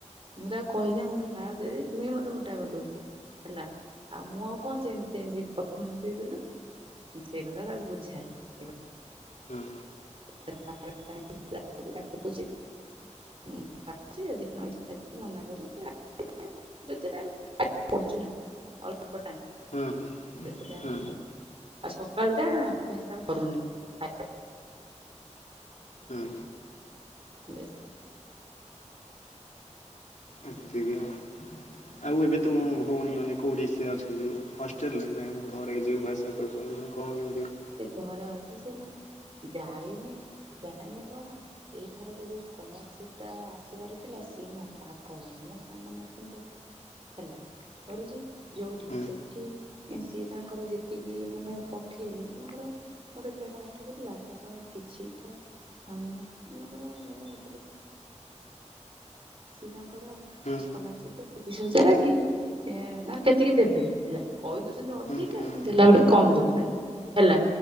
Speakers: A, on the right; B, on the left.
A: ମୁଁ ତାକୁ କହିଲି ମୁ <unintelligible> ଖାଇବା ଦେଇ ଦେଇ ତୁହି ମତେ ମୋଟା କରି ଦଉଚୁ ହେଲା ଆଉ ମୁଁ ଆଉ କଣ ଚେନ ଚେନଯେ୍ ହେବି ପଥମରୁ ଦେଇଦେଲୁ। ମୁଁ ସେଇ କଥା ତାକୁ ବୁଝାଏ, ଏ
B: ହୁଁ।
A: <inaudible> <inaudible> ମନା କରିବେ। ଯେତେ ଟାଇମ୍ ପାଠ ପଡୁଛି ନା ଅଳ୍ପ ଟାଇମ।
B: ହୁଁ।
A: ବେଶୀ ଟାଇମ,
B: ହୁଁ
A: ଆଉ ସକାଳଟା ଅଭ୍ୟାସ ଆଉ କରୁନି। ଖାଇବା
B: ହୁଁ।
A: ବ୍ୟସ୍ତ,
B: ଏତେ କିୟଣ ଆଉ ଏବେ ତୁମୋ ଭଉଣୀ ମାନେ କେଉଠି ସେ ଅଛନ୍ତି, ହଷ୍ଟେଲରେ ନା ଆ-? ଘରେ ଯିବା ଆସିବା କରୁଛନ୍ତି, ନା କଣ କେମିତି?
A: ସେ ଘରେ ଅଛି ସିନା, ଯାଇନି-ଯାଇନି କଣ-? ଏଇଥରକ ଯୋଉ ସ୍କଲାରସିପ ଟା ଆସିବାର ଥିଲା ସିଏ ନା ପାଗଳ ମୋ ସାଙ୍ଗ ମାନଙ୍କ ହେଲା କରୁଛି, ଯୋଉଠି
B: ହୁଁ
A: ସେଠି ଇଁ ସେ ତାଙ୍କର ଯେତିକି ମାନେ ପଠେଇଲେ ମନେଙ୍କର ଗୋଟେ ପିଲାଟା ପାଠ ପଢୁଥିଲା ତାର କିଛିଟା ମାନଙ୍କର ଜଣେ <inaudible> ସିଏ ତାଙ୍କର।
B: ହୁଁ
A: ସ୍କୋଲାର୍ଷିପ ତ ତିରିଶ ହଜାର କି ଏଁ ତାର କେତିକି ଦେବେ ହେଲା କହିଦଉଛନ୍ତି। ଠିକ୍
B: ହୁଁ
A: କି
B: ହୁଁ
A: ଦେଲା ବେଳେ କମ ଦଉଛନ୍ତି, ହେଲା